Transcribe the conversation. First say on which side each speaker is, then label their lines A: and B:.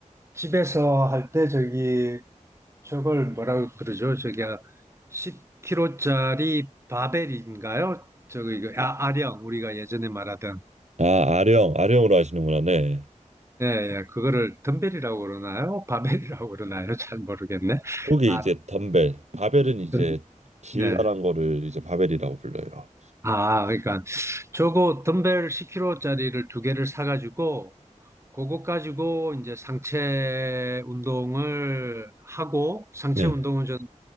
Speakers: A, on the right; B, on the right.
A: 집에서 할 때 저기 저걸 뭐라고 그러죠? 저기 10kg짜리 바벨인가요? 저기 이거 아, 아령 우리가 예전에 말하던
B: 아, 아령, 아령으로 하시는구나. 네.
A: 예, 예, 그거를 덤벨이라고 그러나요? <laughs> 바벨이라고 그러나요? 잘 모르겠네.
B: 그게
A: 아,
B: 이제 덤벨, 바벨은 이제
A: 덤,
B: 길다란
A: 네.
B: 거를 이제 바벨이라고 불러요.
A: 아, 그러니까 저거 덤벨 10kg짜리를 두 개를 사가지고 그거 가지고 이제 상체 운동을 하고 상체
B: 네,
A: 운동은 저는